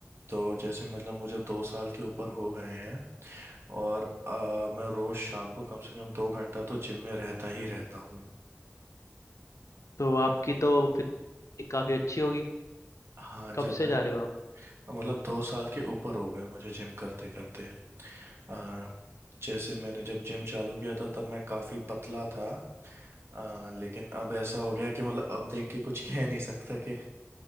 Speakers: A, on the right; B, on the left.
A: तो जैसे मतलब मुझे दो साल के ऊपर हो गए हैं और अ, मैं रोज शाम को कम से कम दो घंटा तो जिम में रहता ही रहता हूँ
B: तो आपकी तो फिर काफ़ी अच्छी होगी
A: हाँ जब
B: कब
A: मैं
B: से जा रहे हो आप
A: मतलब दो साल के ऊपर हो गए मुझे जिम करते करते अ, जैसे मैंने जब जिम चालू किया था तब मैं काफ़ी पतला था अ, लेकिन अब ऐसा हो गया कि मतलब अब देख के कुछ कह नहीं सकता कि